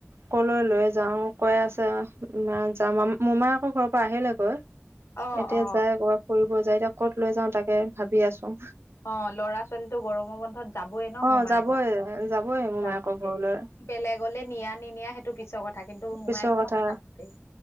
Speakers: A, on the right; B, on the left.
A: কলৈ লৈ যাও কৈ আছে মা যাম মোমায়েকৰ ঘৰৰ পৰা আহিলেগৈ
B: অ
A: এতিয়া
B: অ
A: যাই কবাত ফুৰিব যায় এতিয়া ক'ত লৈ যাওঁ তাকে ভাবি আছো
B: অ ল'ৰা ছোৱালীটো গৰমৰ বন্ধত যাবই ন
A: অ
B: মোমায়েকৰ
A: যাবই যাবই মোমায়েকৰ ঘৰলৈ
B: বেলেগলে নিয়া নিনিয়া সেইটো পিছৰ কথা কিন্তু মোমায়েকৰ
A: পিছৰ কথা
B: ঘৰলে যাবয়ে